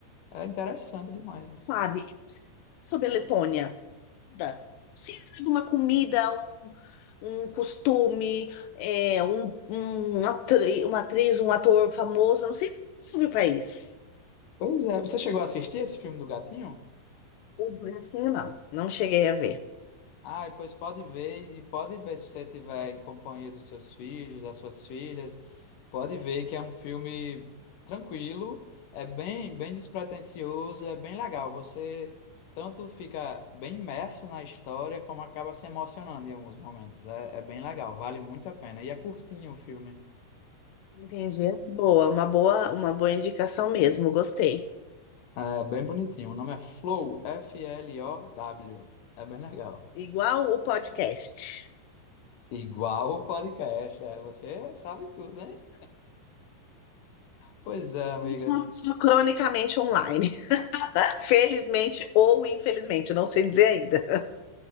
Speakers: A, on the left; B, on the left.
A: é interessante demais. isso.
B: sabe? Sobre a Letônia. da, Não de uma comida, um, um costume, é, um, um atri- uma atriz, um ator famoso, eu não sei sobre o país.
A: Pois é, você chegou a assistir esse filme do Gatinho?
B: O Brasil, não, não cheguei a ver.
A: Ah, e pois pode ver, e pode ver se você estiver em companhia dos seus filhos, das suas filhas, pode ver que é um filme tranquilo, é bem, bem despretensioso, é bem legal. Você tanto fica bem imerso na história, como acaba se emocionando em alguns momentos. É, é bem legal, vale muito a pena. E é curtinho o filme,
B: Entendi. Boa, uma boa, uma boa indicação mesmo, gostei.
A: é bem bonitinho. O nome é Flow, F-L-O-W. É bem legal.
B: Igual o podcast.
A: Igual o podcast, é, você sabe tudo, hein? Pois é, amiga.
B: Eu sou uma pessoa cronicamente online. <laughs> Felizmente ou infelizmente, não sei dizer ainda.